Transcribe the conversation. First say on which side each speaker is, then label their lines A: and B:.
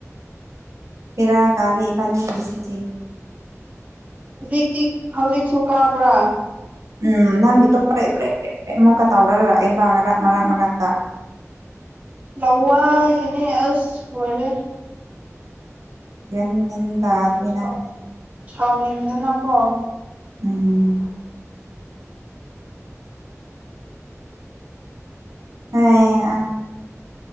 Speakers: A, on the right (about 70°); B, on the right (about 25°).
A: ꯄꯦꯔ ꯀꯥꯔꯦꯕꯅꯤ ꯁꯦ ꯆꯦ
B: ꯍꯧꯖꯤ ꯍꯧꯖꯤ ꯆꯀꯥ ꯀ꯭ꯔꯥ
A: ꯎꯝ ꯅꯪꯒꯤꯇꯣ ꯄꯔꯦ ꯄꯔꯦꯞ ꯄꯔꯦ ꯄ꯭ꯔꯦ ꯑꯃꯨꯛꯀ ꯇꯥꯎꯔꯔ ꯑꯩꯕ ꯃꯔꯥꯛ ꯃꯔꯛ ꯃꯔꯛꯇ
B: ꯂꯧꯋꯥ ꯏꯅꯦ ꯑꯁ ꯍꯔꯦ
A: ꯌꯦ ꯇꯗꯔꯤ ꯅꯪ
B: ꯁꯥꯎꯅꯤꯡꯗꯨꯅꯀꯣ
A: ꯎꯝ ꯍꯣꯏ